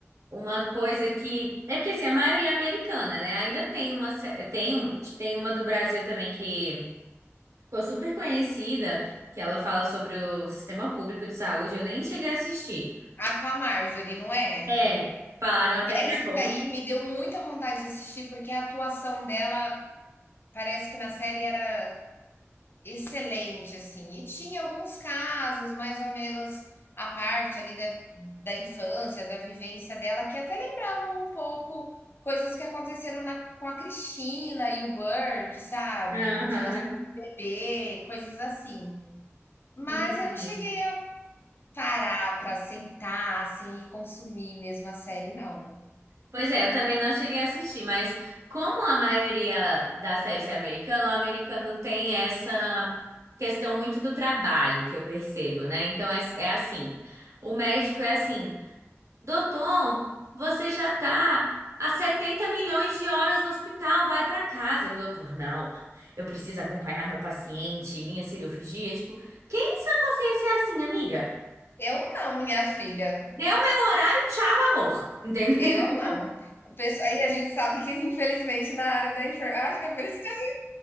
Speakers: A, on the right (about 80°); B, on the left (about 45°).
A: uma coisa que. É porque assim, a maioria é americana, né? Ainda tem uma, sé- tem, um- tem uma do Brasil também que Ficou super conhecida, que ela fala sobre o sistema público de saúde, eu nem cheguei a assistir.
B: A com a Marjorie, não é?
A: É, falaram até
B: Essa
A: que é bom.
B: daí me deu muita vontade de assistir, porque a atuação dela parece que na série era excelente, assim. E tinha alguns casos, mais ou menos, a parte ali da, da infância, da vivência dela, que até lembravam um pouco coisas que aconteceram na- com a Cristina e o Burke, sabe?
A: Aham,
B: De questão de bebê, coisas assim. Mas
A: entendi.
B: eu não cheguei a parar para sentar, assim, e consumir mesmo a série, não.
A: Pois é, eu também não cheguei a assistir, mas como a maioria das séries é americana, o americano tem essa questão muito do trabalho que eu percebo, né? Então é, é assim, o médico é assim. Doutor, você já tá há 70 milhões de horas no hospital, vai pra casa. O doutor, não, eu preciso acompanhar meu paciente, minha cirurgia. Tipo, quem em sã consciência é assim, amiga?
B: Eu não, minha filha.
A: Deu meu horário, tchau, amor. Entendeu?
B: Eu
A: <laughs>
B: não. O pessoal, aí a gente sabe que, infelizmente, na área da enfermagem. Acho que é por isso que eu